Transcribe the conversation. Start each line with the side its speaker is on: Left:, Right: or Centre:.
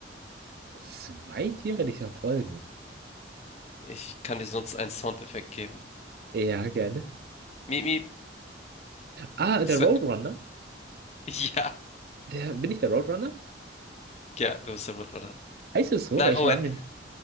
Right: Zwei Tiere, die sich verfolgen.
Left: Ich kann dir sonst einen Soundeffekt geben.
Right: Ja, gerne.
Left: Miep, miep.
Right: Ah,
Left: Ist
Right: der Roadrunner.
Left: er- <laughs> Ja.
Right: Der, bin ich der Roadrunner?
Left: Ja, du bist der Rottweiler.
Right: Heißt es so?
Left: Nein,
Right: Weil ich
Left: Moment.
Right: war mir nicht.